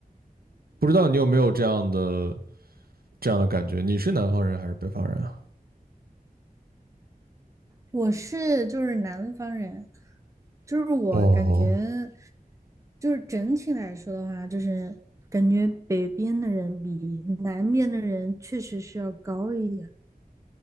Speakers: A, on the right; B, on the right.
A: 不知道你有没有这样的这样的感觉？你是南方人还是北方人啊？
B: 我是就是南方人，就是我感觉，
A: 哦，
B: 就是整体来说的话，就是感觉北边的人比南边的人确实是要高一点。